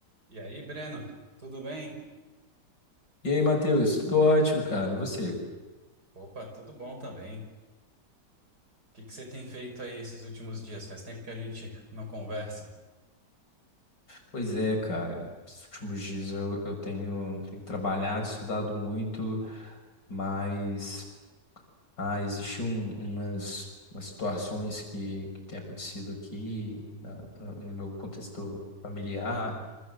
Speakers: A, on the right (about 65°); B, on the left (about 75°).
A: E aí, Breno, tudo bem?
B: E aí, Matheus, tudo ótimo, cara. E você?
A: Opa, tudo bom também. O que que você tem feito aí esses últimos dias? Faz tempo que a gente não conversa.
B: Pois é, cara. Esses últimos dias eu, eu tenho, tenho trabalhado, estudado muito, mas ah, existe um- umas, umas situações que, que têm acontecido aqui na- na- no meu contexto familiar